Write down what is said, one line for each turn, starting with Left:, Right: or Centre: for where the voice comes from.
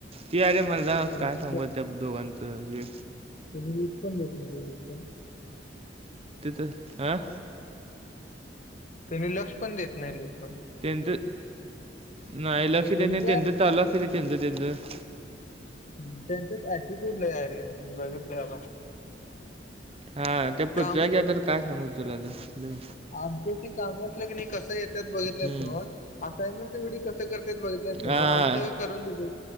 Right: ती अरे मर्दा
Left: त्यांनी
Right: काय
Left: पण
Right: सांगू
Left: लक्ष
Right: त्या दोघांचं हे
Left: <inaudible>
Right: तिचं हां?
Left: कधी लक्ष पण देत नाही लोकं.
Right: त्यानंच नाही लक्ष देत
Left: त्यांच्यात
Right: नाही, त्यांचं चालू असतंय ते त्यांच- त्यांच.
Left: हम्म त्यांच्यात ऍटिट्यूड लै आहे रे मी बघितलोय बाबा.
Right: हा त्या पृथ्व्याचा
Left: कामं
Right: तर काय सांगू तुला तर लै.
Left: <unintelligible> काम असलं कणी कसं ये त्यात बघितलयास
Right: हं.
Left: नव्हं, असानमेंटच्या वेळी कसं करत्यात बघितलयास नव्हं,
Right: हां,
Left: आम्ही सगळं करून देतो.